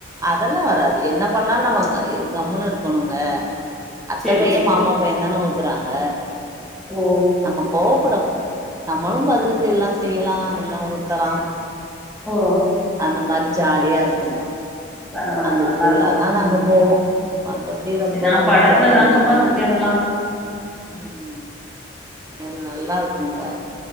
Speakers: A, on the right; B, in the centre.
A: அதெல்லா வராது என்ன பண்ணாலு நம்ம கம்முன்னு இருக்குணுங்க அத்த
B: சரி,
A: பைய
B: சரி.
A: மாமா பை அத்த பையதான ஊத்துறாங்க
B: ஓ!
A: நம்ம கோவப்பட கூடாது நம்மளு பதிலக்கு எல்லா செய்யலா எல்லா ஊத்தலா
B: ஓ
A: அந்த மாரி ஜாலியா இருக்கு
B: பரவால்ல
A: அந்த
B: நல்லாருக்கும்.
A: திருவிழாதா நாங்க
B: ம்.
A: போவோ மத்தபடி ரெம்ப
B: சரி நான்
A: ஊருக்கெல்லா
B: படத்துல
A: போ
B: தாங்க
A: மாட்டாங்க
B: பாத்துருக்கேன் அதெல்லாம்.
A: ம் எ நல்லா இருக்குங்க